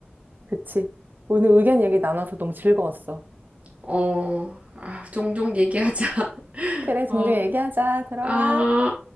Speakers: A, on the right; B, on the right.
A: 그치. 오늘 의견 얘기 나눠서 너무 즐거웠어.
B: 어, 아, 종종 얘기하자. <laughs>
A: 그래, 종종
B: 어,
A: 얘기하자. 들어가.
B: 아.